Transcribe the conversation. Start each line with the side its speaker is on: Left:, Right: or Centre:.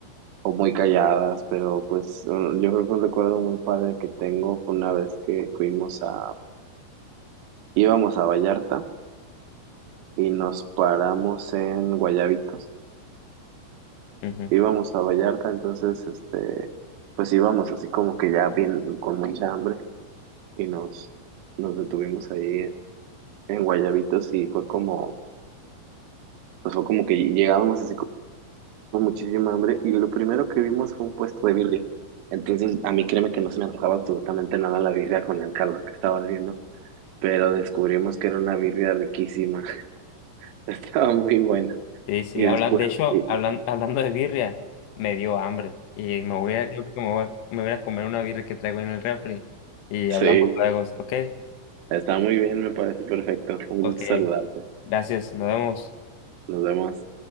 Right: o muy calladas, pero pues un- yo creo que un recuerdo muy padre que tengo fue una vez que fuimos a, íbamos a Vallarta y nos paramos en Guayabitos.
Left: Ujú.
Right: Íbamos a Vallarta, entonces, este, pues íbamos así como que ya bien, con mucha hambre y nos, nos detuvimos ahí en Guayabitos y fue como, pues fue como que llegábamos así con muchísima hambre y lo primero que vimos fue un puesto de birria. Entonces, a mí créeme que no se me antojaba absolutamente nada la birria con el calor que estaba haciendo. pero descubrimos que era una birria riquísima. <laughs> Estaba muy buena.
Left: Sí, sí,
Right: Y
Left: hablan,
Right: después,
Left: de hecho,
Right: sí,
Left: hablan, <laughs> hablando de birria, me dio hambre y me voy a, creo que me voy a, me voy a comer una birria que traigo en el refri y
Right: sí,
Left: hablamos luego, ¿ok?
Right: está muy bien, me parece perfecto. Un
Left: Ok,
Right: gusto saludarte.
Left: gracias, nos vemos.
Right: Nos vemos.